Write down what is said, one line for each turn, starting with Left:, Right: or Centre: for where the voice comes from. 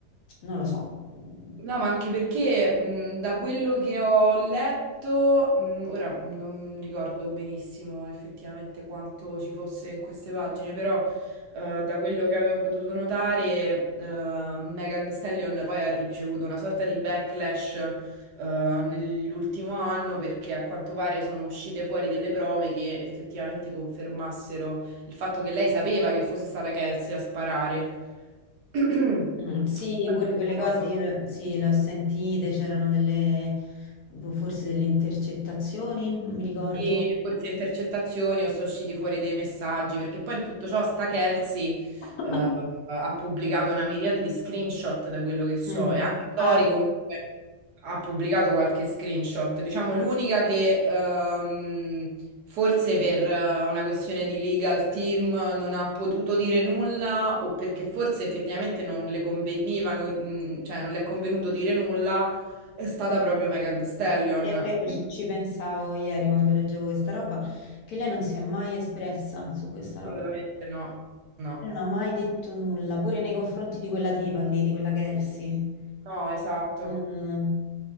Left: non lo so. Mm,
Right: No, ma anche perché mh, da quello che ho letto, mh, ora non ricordo benissimo effettivamente quanto ci fosse in queste pagine, però eh, da quello che avevo potuto notare, eh, Megan Thee Stallion poi ha ricevuto una sorta di backlash eh, nell'ultimo anno perché a quanto pare sono uscite fuori delle prove che effettivamente confermassero il fatto che lei sapeva che fosse stata Kelsey a sparare. <clears throat> In
Left: mm, sì,
Right: qualche
Left: pure quelle cose
Right: modo.
Left: io le- sì, le ho sentite, c'erano delle, boh, forse delle intercettazioni, non mi ricordo.
Right: Sì, forse intercettazioni o sono usciti fuori dei messaggi, perché poi in tutto ciò sta Kelsey
Left: <coughs>
Right: eh, ha pubblicato una miriade di screenshot da quello che so
Left: Mm.
Right: e anche Tori
Left: Ah,
Right: comunque ha pubblicato qualche screenshot, diciamo l'unica che ehm, forse per eh, una questione di legal team non ha potuto dire nulla o perché forse effettivamente non le conveniva, non- cioè non le è convenuto dire nulla, è stata proprio Megan Thee Stallion.
Left: Sì, È vero, ci, ci pensavo ieri quando leggevo questa roba, che lei non si è mai espressa su questa roba.
Right: Assolutamente no, no,
Left: Lei Non ha mai detto nulla, pure nei confronti di quella tipa lì, di quella Kelsey.
Right: no, esatto,
Left: Mm,